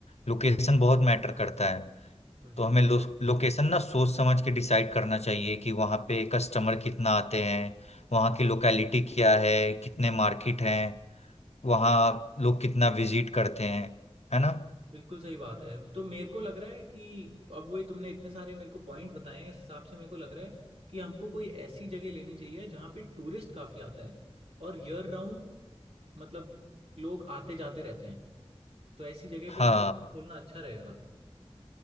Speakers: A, on the left; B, on the right.
A: लोकेशन बहुत मैटर करता है
B: बिल्कुल
A: तो हमें लो, लोकेशन ना सोच समझ के डिसाइड करना चाहिए कि वहाँ पे कस्टमर कितना आते हैं वहाँ की लोकेलिटी क्या है कितने मार्केट हैं वहाँ लोग कितना विजिट करते हैं है ना
B: बिल्कुल सही बात है तो मेरे को लग रहा है कि अब वही तुमने इतने सारे मेरे को पॉइंट बताए हैं इस हिसाब से मेरे को लग रहा है कि हमको कोई ऐसी जगह लेनी चाहिए जहाँ पे टूरिस्ट काफ़ी आता है और ईयर राउंड मतलब लोग आते जाते रहते हैं तो ऐसी जगह पे
A: हाँ
B: खोलना अच्छा रहेगा